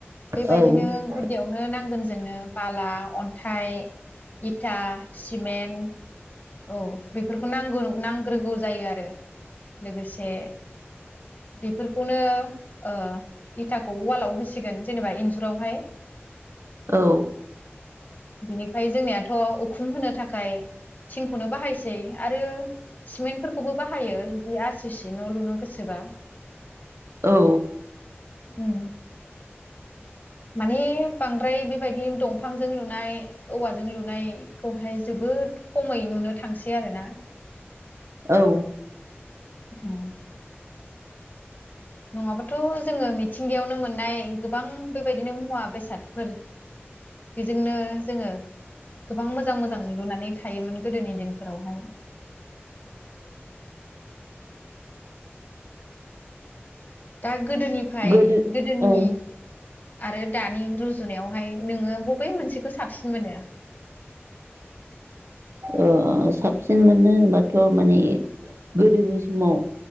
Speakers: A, on the left; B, on the right.
A: बेबायदिनो
B: औ-औ-औ-औ-औ-औ-औ-औ
A: गुदियावनो नांगोन जोंनो बाला अन्थाइ इथा सिमेन्ट औ बेफोरखौ नांगौ नांग्रोगौ जायो आरो लोगोसे बेफोरखौनो ओ इथाखौ अवालाव होसिगोन जेनेबा इन्जुरावहाय।
B: औ।
A: बिनिफ्राय जोंनियाथ' उखुम होनो थाखाय थिंखौनो बाहायसै आरो सिमेन्ट फोरखौबो बाहायो जुदि आरो ससेसे न' लुनो गोसोबा
B: औ
A: उम माने बांद्राय बेबायदि दंफांजों लुनाय औवाजों लुनायखौहाय जोबोद खमै नुनो थांसै आरोना,
B: औ
A: उम नङाबाथ' जोङो मिथिंगायावनो मोननाय गोबां बेबायदिनो मुवा बेसादफोर बिजोंनो जोङो गोबां मोजां मोजां लुनानै। थायोमोन गोदोनि दिनफोरावहाय दा गोदोनिफ्राय
B: गोदो
A: गोदोनि
B: ओ
A: आरो दानि रुजुनायावहाय नोङो बबे मोनसेखौ साबसिन मोनो?
B: अ साबसिन मोनो होनबाथ' माने गोदोनि समाव